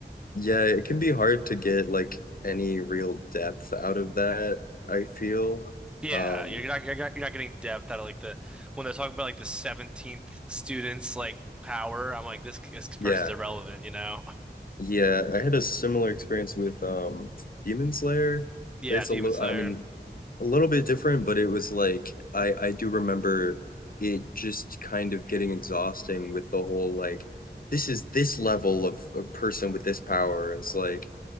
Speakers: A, on the left; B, in the centre.
A: Yeah, it can be hard to get like any real depth out of that, I feel.
B: Yeah,
A: Um,
B: you're not you're not you're not getting depth out of like the when they're talking about like the 17th students like power. I'm like this this person's
A: yeah.
B: irrelevant, you know?
A: Yeah, I had a similar experience with um Demon Slayer.
B: Yeah,
A: It's
B: Demon
A: a little,
B: Slayer.
A: I mean, a little bit different, but it was like I I do remember it just kind of getting exhausting with the whole like this is this level of a person with this power. And it's like